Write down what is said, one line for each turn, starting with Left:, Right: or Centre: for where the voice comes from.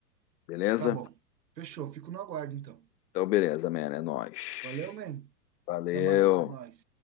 Left: Beleza?
Right: Tá bom. Fechou, fico no aguardo então.
Left: Então, beleza, man. É nóis.
Right: Valeu, man.
Left: Valeu.
Right: Até mais, é nóis.